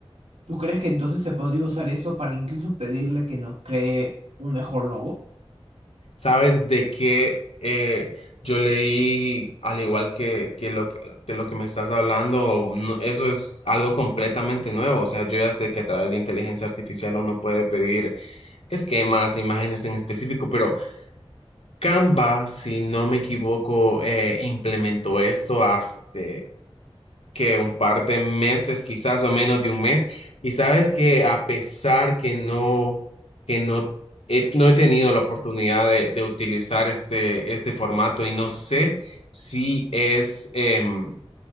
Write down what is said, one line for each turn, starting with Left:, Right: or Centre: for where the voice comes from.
Right: ¿Tú crees que entonces se podría usar eso para incluso pedirle que nos cree un mejor logo?
Left: ¿Sabes de qué? Eh, yo leí, al igual que, que lo que de lo que me estás hablando, no- eso es algo completamente nuevo. O sea, yo ya sé que a través de inteligencia artificial uno puede pedir esquemas, imágenes en específico, pero Canva, si no me equivoco, eh, implementó esto hasta que un par de meses, quizás o menos de un mes. Y sabes que a pesar que no, que no he, no he tenido la oportunidad de, de utilizar este, este formato y no sé si es em,